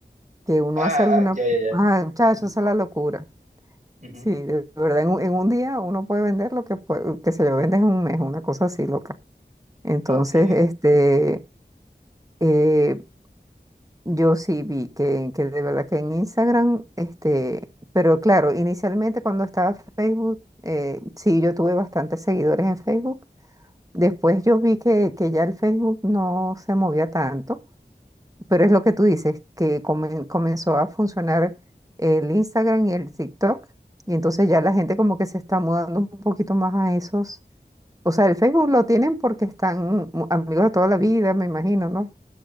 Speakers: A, on the right; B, on the right.
A: que uno
B: Ah,
A: hace alguna...
B: ah, ya, ya, ya.
A: Ah, muchachos,
B: Ujú,
A: esa es la locura.
B: ujú.
A: Sí, de verdad, en un, en un día uno puede vender lo que, puede, que se lo vende en un mes, una cosa así loca. Entonces,
B: Ok.
A: este, eh, yo sí vi que, que de verdad que en Instagram, este, pero claro, inicialmente cuando estaba Facebook, eh, sí, yo tuve bastantes seguidores en Facebook Después yo vi que, que ya el Facebook no se movía tanto, pero es lo que tú dices, que comen- comenzó a funcionar el Instagram y el TikTok, y entonces ya la gente como que se está mudando un poquito más a esos. O sea, el Facebook lo tienen porque están mu- amigos de toda la vida, me imagino, ¿no?